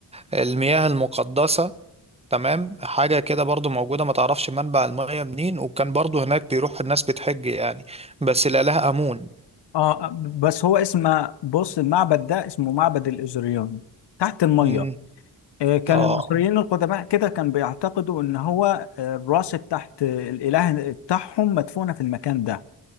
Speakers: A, on the right (about 15°); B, on the left (about 85°).
A: المياه المقدسة تمام حاجة كده برضو موجودة ما تعرفش منبع المياه منين وكان برضو هناك بيروح الناس بتحج يعني بس الإله آمون
B: اه آه، بس هو اسم بص المعبد ده اسمه معبد الإزريون تحت المية
A: مم.
B: آه، كان
A: اه
B: المصريين القدماء كده كان بيعتقدوا ان هو آه، الراس تحت الاله بتاعهم مدفونة في المكان ده